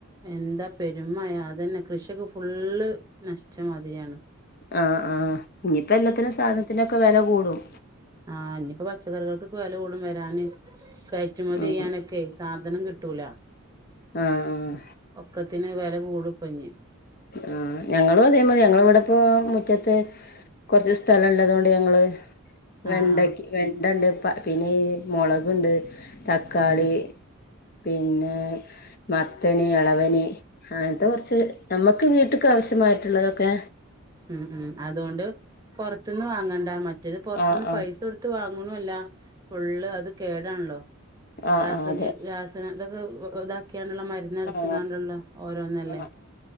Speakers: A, on the right; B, on the left.
A: എന്താ പെരും മഴ അതെന്നെ കൃഷ്യൊക്കെ ഫുള്ള് നശ് ച്ച മതിര്യാണ്.
B: ആഹ് ആഹ് ഇഞ്പ്പോ എല്ലാത്തിനും സാധൻത്തിനൊ ക്കെ വെല കൂടും.
A: ആഹ് ഇഞ്‌പ്പം പച്ചക്കറികൾക്കൊക്കെ വെല കൂടും വരാന് കയറ്റു മതിയാനൊക്കെ
B: ഉം
A: സാധനം കി ട്ടൂല
B: ആഹ് ആഹ്
A: ഒക്കത്തിന് വെല കൂടു പ്പഞ്
B: അഹ് ഞങ്ങളും അതേമാതിരി ഞങ്ങളെവടെ പ്പൊ മുറ്റത്ത് കൊർച്ച് സ്ഥലണ്ട് അതോണ്ട് ഞങ്ങൾ വെണ്ടയ്ക്ക
A: ആഹ് ആഹ്
B: വേണ്ട ണ്ട് പ പിന്നെയ്യ് മുളക്ണ്ട് തക്കാളി
A: ആഹ്
B: പിന്നെ മത്തൻ, എളവന് അങ്ങാൻതെ കൊർച്ച് നമ്മക്ക് വീട്ട്ക്കാവശ്യമായിട്ട്ള്ളെതൊക്കെ
A: ഉം ഉം അതോണ്ട് പോർ ത്ത്ന്ന് വാങ്ങണ്ട മ മറ്റേത് പുറത്തുന്ന്
B: ആഹ് ആഹ്
A: പൈസ കൊടുത്തു വാങ്ങണു ഇല്ല ഫുള്ള് അത് കേടാണല്ലോ
B: ആഹ്
A: രാസകീ
B: ആഹ് അതെ
A: രാസന ഇതൊക്കെ വ് ഇതാക്കി ക്കാനെള്ള മരുന്നടിച്ചങ്ങാണ്ടെള്ള
B: ആഹ്
A: ഓരോന്നല്ലേ
B: ആഹ്